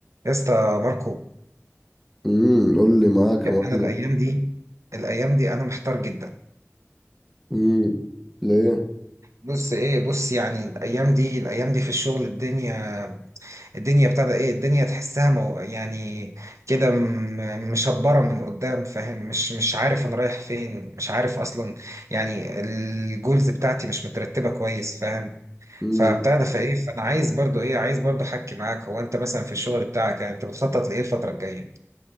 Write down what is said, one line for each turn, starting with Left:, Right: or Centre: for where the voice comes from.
Right: يا اسطى ماركو
Centre: امم قول لي معاك يا معلم
Right: انا الايام دي الايام دي انا محتار جدا
Centre: امم ليه
Right: بص ايه بص يعني الايام دي الايام دي في الشغل الدنيا الدنيا ابتدى ايه الدنيا تحسها مو يعني كده م- مشبره من قدام فاهم مش مش عارف انا رايح فين مش عارف اصلا يعني الجولز بتاعتي مش مترتبه كويس فاهم
Centre: امم
Right: فابتدى فايه فانا عايز برضو ايه عايز برضو احكي معاك هو انت مثلا في الشغل بتاعك يعني انت بتخطط لايه الفتره الجايه